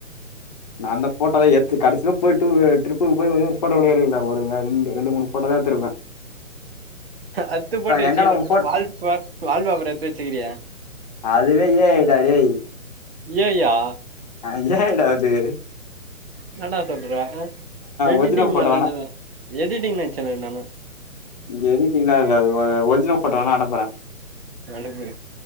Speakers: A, on the left; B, on the right.
A: நா அந்த போட்டோலா எத் த்து கடசில போயட்டு டூ ட்ரிப்புக்கு போய் ஒரே ஒரு போட்டோ கூட எடுக்கல்டா ஒரு மண்டு ரெண்டு ரெண்டு மூணு ஃபோட்ட தா எத்துருப்பே
B: அத்து ஃபோட்டோ வச்சக்கிறியே
A: எங்கடா உன் போட்டோ
B: வால்ப் வால் போப்ரு எட்த்து வச்சுக்கிகீறியே
A: அதுவே ஏ ஐடா டேய்
B: ஏய்யா
A: அது ஏ ஐடா அது
B: ன்னடா சொல்ற எடிட்டிங்
A: ஒரிஜினல் போட்டோ
B: மாரிதா
A: வேணா
B: கீது எடிட்டிங் நெனைச்சோ நானூ
A: உங் எடிட்டிங்கல்லா இல்ல ‌அது ஒரிஜினல் ஃபோட்டோ வேணா அனுப்றே
B: அனுப்பு